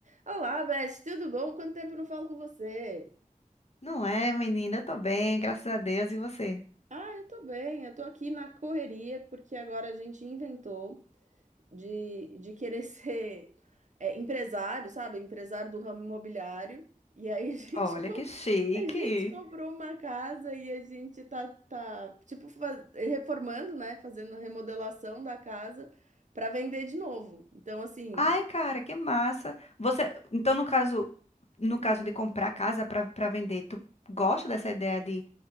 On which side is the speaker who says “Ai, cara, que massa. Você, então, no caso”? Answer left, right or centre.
Left